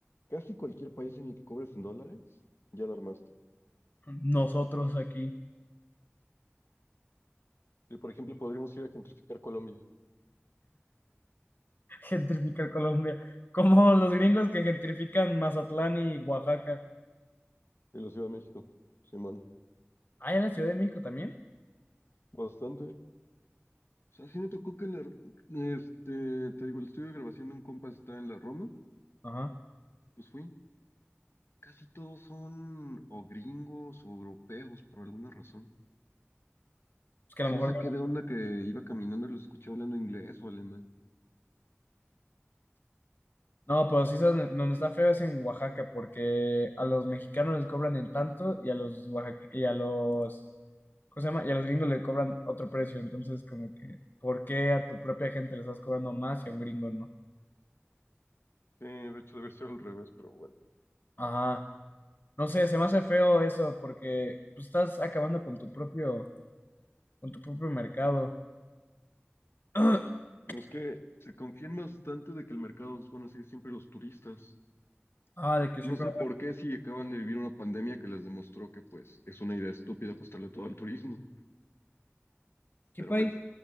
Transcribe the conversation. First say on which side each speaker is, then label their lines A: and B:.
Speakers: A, on the left; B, on the left.
A: casi cualquier país en el que cobres en dólares, ya la armaste.
B: Nosotros aquí.
A: Sí, por ejemplo, podríamos ir a gentrificar Colombia
B: Gentrificar Colombia. Como los gringos que gentrifican Mazatlán y Oaxaca.
A: y la Ciudad de México. Sí, man.
B: Ah, en la Ciudad de México también.
A: Bastante. O sea, sí me tocó que la... Este, te digo, el estudio de grabación de un compa está en la Roma.
B: Ajá.
A: Pues fui. Casi todos son o gringos o europeos por alguna razón.
B: Es que a
A: Sí
B: lo mejor.
A: me saqué de onda que iba caminando y lo escuché hablando inglés o alemán.
B: No, no, pero sí, son- donde está feo es en Oaxaca, porque a los mexicanos les cobran en tanto y a los oaxaque- y a los. ¿Cómo se llama? Y a los gringos le cobran otro precio. Entonces, como que, ¿por qué a tu propia gente le estás cobrando más y a un gringo no?
A: Sí, de hecho debe ser al revés, pero bueno.
B: Ajá. No sé, se me hace feo eso, porque pues, estás acabando con tu propio, con tu propio mercado. <clears throat>
A: No, Es que se confían bastante de que el mercado los van a ser siempre los turistas.
B: Ah, de que siempre.
A: No sé por qué si acaban de vivir una pandemia que les demostró que pues es una idea estúpida apostarle todo al turismo.
B: ¿Qué
A: Pero
B: país?
A: bueno,